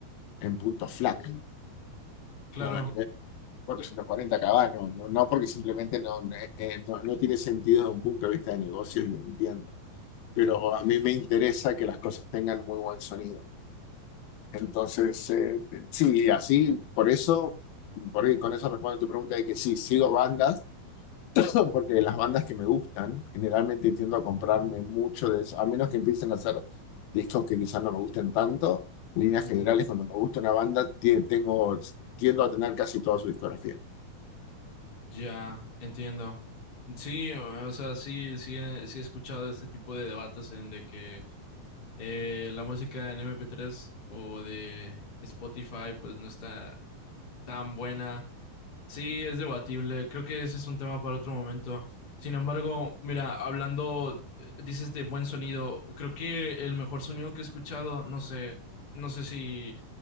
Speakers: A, on the left; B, on the left.
A: en punto FLAC.
B: Claro,
A: No, a nivel 440 caballos, no, no no porque simplemente no, eh, eh, no, no tiene sentido desde un punto de vista de negocio y entiendo, pero a mí me interesa que las cosas tengan muy buen sonido. Entonces, eh, sí, así, por eso, por ahí, con eso respondo a tu pregunta de que sí, sigo bandas, <clears throat> porque de las bandas que me gustan, generalmente tiendo a comprarme mucho de eso, a menos que empiecen a hacer discos que quizás no me gusten tanto, en líneas
B: entiendo.
A: generales, cuando me gusta una banda, tie- tengo, tiendo a tener casi toda su discografía.
B: Ya, entiendo. Sí, o o sea, sí, sí, he- sí he escuchado este tipo de debates en de que eh, la música en MP3 o de Spotify pues no está tan buena. Sí, es debatible. Creo que ese es un tema para otro momento. Sin embargo, mira, hablando, eh, dices de buen sonido, creo que el mejor sonido que he escuchado, no sé, no sé si